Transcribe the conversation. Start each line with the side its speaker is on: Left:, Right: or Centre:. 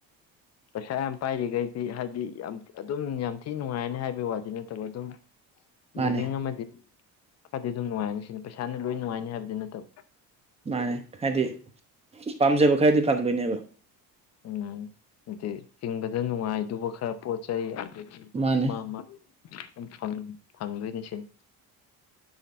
Left: ꯄꯩꯁꯥ ꯌꯥꯝ ꯄꯥꯏꯔꯤꯒꯩꯗꯤ ꯍꯥꯏꯗꯤ ꯌꯥꯝ ꯑꯗꯨꯝ ꯌꯥꯝ ꯊꯤ ꯅꯨꯡꯉꯥꯏꯔꯅꯤ ꯍꯥꯏꯕꯩ ꯋꯥꯗꯤ ꯅꯠꯇꯕ ꯑꯗꯨꯝ
Right: ꯃꯥꯅꯦ
Left: ꯂꯤꯚꯤꯡ ꯑꯃꯗꯤ ꯈꯔꯗꯤ ꯑꯗꯨꯝ ꯅꯨꯡꯉꯥꯏꯔꯅꯤ ꯁꯤꯅꯤ ꯄꯩꯁꯥꯅ ꯂꯣꯏ ꯅꯨꯡꯉꯥꯏꯅꯤ ꯍꯥꯏꯕꯗꯤ ꯅꯠꯇꯕ
Right: ꯃꯥꯅꯦ ꯍꯥꯏꯗꯤ ꯄꯥꯝꯖꯕ ꯈꯔꯗꯤ ꯐꯪꯗꯣꯏꯅꯦꯕ
Left: ꯎꯝ ꯍꯥꯏꯗꯤ ꯍꯤꯡꯕꯗ ꯅꯨꯡꯉꯥꯏꯗꯨꯕ ꯈꯔ ꯄꯣꯠ ꯆꯩ ꯑꯗꯒꯤ
Right: ꯃꯥꯅꯦ
Left: ꯃꯥ ꯃꯥ ꯈꯤꯇꯪ ꯐꯪꯗꯣꯏꯅꯤ ꯁꯤꯅꯤ